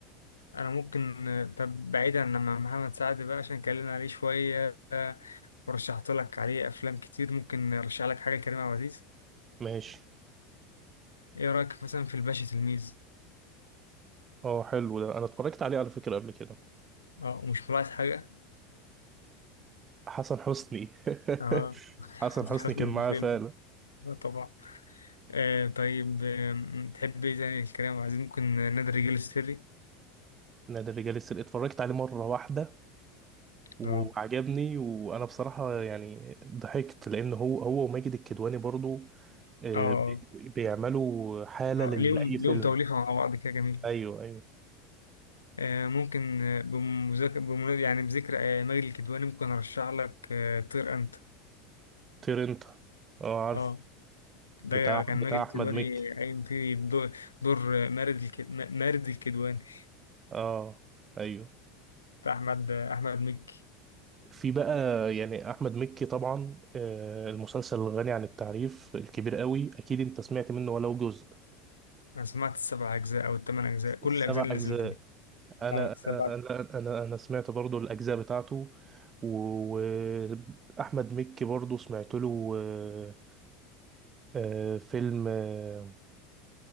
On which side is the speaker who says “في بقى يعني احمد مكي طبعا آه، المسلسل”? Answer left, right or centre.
Right